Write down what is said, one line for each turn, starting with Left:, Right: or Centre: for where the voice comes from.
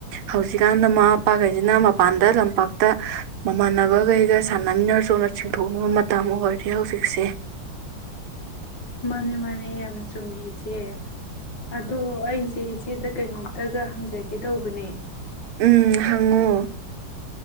Right: ꯍꯧꯖꯤꯛꯀꯥꯟꯗ ꯃꯃꯥ ꯃꯄꯥꯈꯩꯁꯤꯅ ꯃꯄꯥꯟꯗ ꯂꯝꯄꯥꯛꯇ ꯃꯃꯥꯟꯅꯕꯈꯩꯒ ꯁꯥꯟꯅꯃꯤꯟꯅ ꯆꯣꯅ ꯆꯤꯡꯊꯣꯛꯅꯕ ꯃꯇꯝ ꯑꯣꯏꯔꯦ ꯍꯧꯖꯤꯛꯁꯦ
Left: ꯃꯥꯅꯦ ꯃꯥꯅꯦ ꯌꯥꯝ ꯆꯨꯝꯃꯦ ꯏꯆꯦ ꯑꯗꯣ ꯑꯩꯁꯦ ꯏꯆꯦꯗ ꯀꯩꯅꯣꯝꯇꯒ ꯍꯪꯖꯒꯦ ꯇꯧꯕꯅꯦ
Right: ꯎꯝ ꯍꯪꯉꯣ